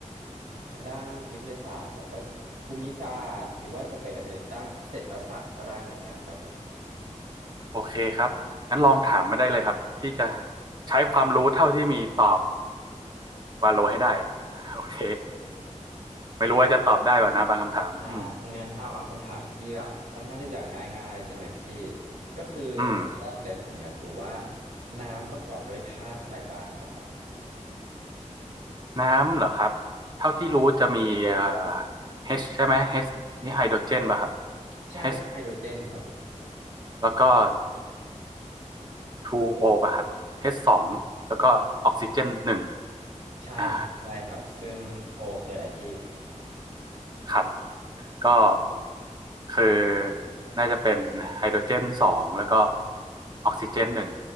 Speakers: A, on the right (about 85°); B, on the right (about 35°).
A: ทางด้านวิทยาศาสตร์แล้วก็ภูมิศาสตร์หรือว่าจะไปทางด้านเศรษฐศาสตร์ก็ได้เหมือนกันครับผม
B: โอเคครับงั้นลองถามมาได้เลยครับพี่จะใช้ความรู้เท่าที่มีตอบวาโลให้ได้โอเคไม่รู้ว่าจะตอบได้ป่ะนะบางคำถามอืม
A: อ่างั้นเอาเอาคำถามที่แบบค่อนข้างที่จะง่ายๆใช่ไหมพี่ ก็คืออันแรกเลยผมอยากรู้ว่า
B: อืม
A: น้ำประกอบด้วยธาตุอะไรบ้างครับผม
B: น้ำเหรอครับ เท่าที่รู้จะมีเอ่อ H ใช่ไหม H นี่ไฮโดรเจนป่ะครับ
A: ใช่ครับไฮโดรเจนครับผม
B: H แล้วก็ 2O ป่ะครับ H สองแล้วก็ออกซิเจนหนึ่ง
A: ใช่ครับใช่ครับซึ่งโอคืออะไรพี่
B: อ่าครับ ก็คือน่าจะเป็นไฮโดรเจนสองแล้วก็ออกซิเจนหนึ่ง